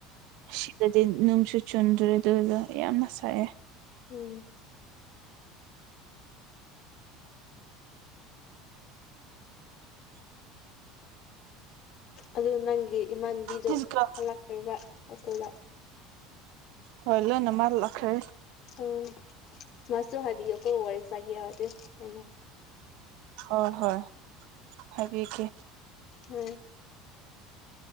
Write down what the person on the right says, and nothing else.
ꯁꯤꯗꯗꯤ ꯅꯨꯡꯁꯨ ꯆꯨꯟꯗ꯭ꯔꯦ ꯑꯗꯨꯗ ꯌꯥꯝꯅ ꯁꯥꯏꯑꯦ
ꯗꯤꯁ ꯒꯥ
ꯍꯣꯏ ꯂꯣꯏꯅꯃꯛ ꯂꯈ꯭ꯔꯦ
ꯍꯣꯏ ꯍꯣꯏ ꯍꯥꯏꯕꯤꯒꯦ